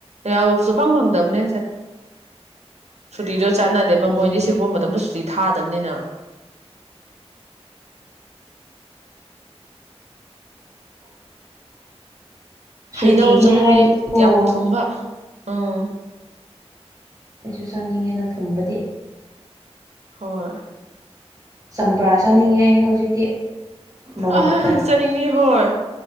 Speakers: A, on the right; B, on the right.
A: ꯌꯥꯎ ꯁꯨꯛꯐꯪ ꯐꯪꯗꯕꯅꯦ꯫ ꯁꯨꯇꯤꯗꯨ ꯆꯥꯟꯅꯗꯦꯕ
B: ꯑꯣ
A: ꯃꯣꯏꯗꯤ ꯁꯤꯒꯨꯝ ꯃꯇꯝꯗ ꯁꯨꯇꯤ ꯊꯥꯗꯃꯤꯅ꯫
B: ꯁꯨꯇꯤꯗꯤ
A: ꯍꯩꯅꯧ ꯆꯥꯅꯤꯡꯉꯦ
B: ꯍꯥꯏꯔꯗꯤꯀꯣ
A: ꯌꯥꯝ ꯊꯨꯝꯕ꯫ ꯎꯝ꯫
B: ꯨ ꯆꯥꯅꯤꯡꯉꯦꯗ ꯊꯨꯝꯕꯗꯤ꯫
A: ꯍꯣꯢ꯫
B: ꯆꯝꯄ꯭ꯔꯥ ꯆꯥꯅꯤꯡꯉꯦ ꯑꯩ ꯍꯧꯖꯤꯛꯇꯤ ꯃꯣꯔꯣꯛꯀ꯫
A: ꯑ ꯆꯥꯅꯤꯡꯉꯤ ꯍꯣꯏ